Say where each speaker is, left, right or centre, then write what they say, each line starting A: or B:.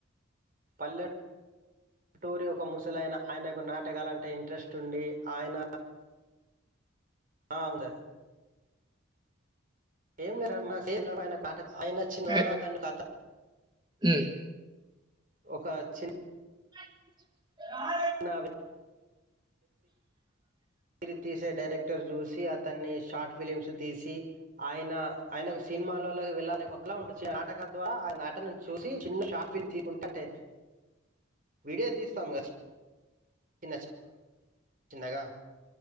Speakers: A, on the right; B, on the right.
A: పల్లె పల్లెటూరి ఒక ముసలైన ఆయనకు నాటకాలంటే ఇంట్రెస్ట్ ఉండి ఆయన అందే ఏం లేదు స్టేజ్ పైనా నట ఆయన వచ్చినవారా
B: ఎ
A: అతని అతన్
B: హ్మ్.
A: ఒక చిన్న
B: ఆ
A: అనావే మీరు తీసే డైరెక్టర్ చూసి అతన్ని షార్ట్ ఫిలిమ్స్ తీసి ఆయన ఆయనకు సినిమాలలోకి వెళ్ళాలనే ఒకక్కలా ఉంటుంది నాటక ద్వారా ఆయ నాటను చూసి చిన్న షాపిని తీకుంటే అంటే వీడియోస్ తీస్తాము కదా చిన్న చి చిన్నగా